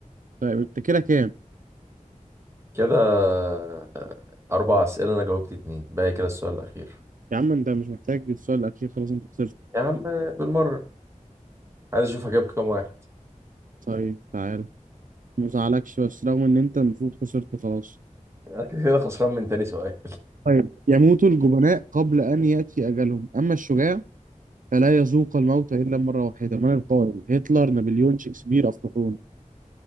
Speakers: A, on the right; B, on the right.
A: طيب انت كده كام
B: <laughs> كده آه، اربع اسئله انا جاوبت اتنين باقي كده السؤال الاخير
A: يا عم انت مش محتاج السؤال الاخير خلاص انت خسرت
B: يا عم بالمره عايز اشوف هجيب كام واحد
A: طيب تعال ما زعلكش بس رغم ان انت المفروض خسرت خلاص
B: انا كده كده خسران من تاني سؤال
A: طيب يموت الجبناء قبل ان ياتي اجلهم اما الشجاع فلا يذوق الموت إلا مرة واحدة من القائل هتلر نابليون شكسبير أفلاطون